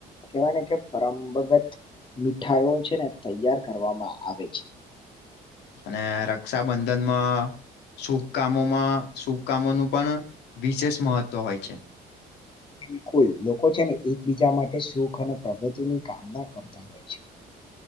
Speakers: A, on the left; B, on the left.
A: કેવા કે પરમપગત મીઠાઈઓ છે ને તૈયાર કરવામાં આવે છે.
B: અને રક્ષાબંધનમાં શુભ કામોમાં શુભ કામોનું પણ વિશેષ મહત્વ હોય છે.
A: બિલકુલ લોકો છે ને એકબીજા માટે સુખ અને પ્રગતિની કામના કરતા હોય છે.